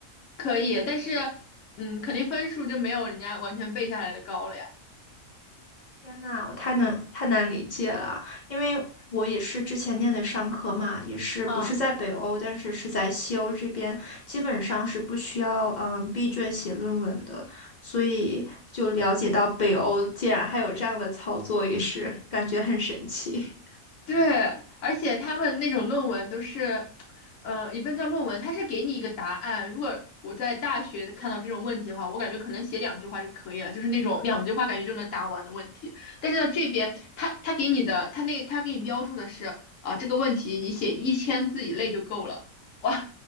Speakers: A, on the left; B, on the left.
A: 可以，但是嗯，肯定分数就没有人家完全背下来的高了呀。
B: 天呐，我太能太难理解了，因为我也是之前念的商科嘛，也是不是在北欧，
A: 啊。
B: 但是是在西欧这边，基本上是不需要嗯闭卷写论文的，所以就了解到北欧竟然还有这样的操作，也是 <laughs> 感觉很神奇。
A: 对，而且他们那种论文都是，呃，也不能叫论文，他是给你一个答案。如果我在大学看到这种问题的话，我感觉可能写两句话就可以了，就是那种两句话感觉就能答完的问题。但是到这边，他他给你的，他那他给你标注的是啊，这个问题你写一千字以内就够了。哇，